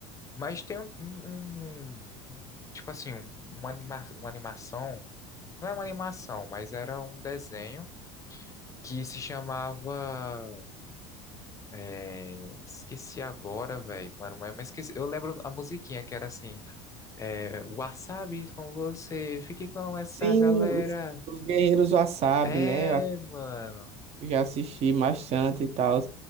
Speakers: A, on the left; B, on the right.
A: Mas tem um, um- um- um, tipo assim, um, uma anima, uma animação, não é uma animação, mas era um desenho que se chamava, é, esqueci agora, velho, mano, mas, mas esqueci, eu lembro a musiquinha que era assim, é, Wasabi com você, fique com essa
B: Sim,
A: galera.
B: os, os Guerreiros Wasabi,
A: É,
B: né?
A: mano.
B: Eu já assisti bastante e tal.